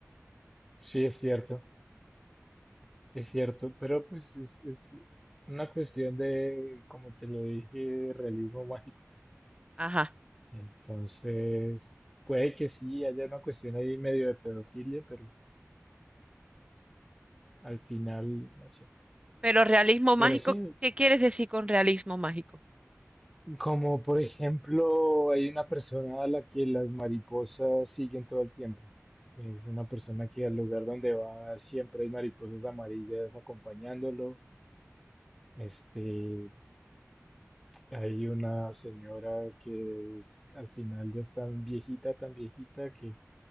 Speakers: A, in the centre; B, on the right.
A: Sí, es cierto. Es cierto, pero pues es, es una cuestión de, como te lo dije, de realismo mágico.
B: Ajá.
A: Entonces, puede que sí haya una cuestión ahí medio de pedofilia, pero al final, no sé.
B: Pero realismo mágico,
A: Pero sí,
B: ¿qué quieres decir con realismo mágico?
A: como por ejemplo, hay una persona a la que las mariposas siguen todo el tiempo. Es una persona que al lugar donde va siempre hay mariposas amarillas acompañándolo. Este, Hay una señora que es- al final ya es tan viejita, tan viejita que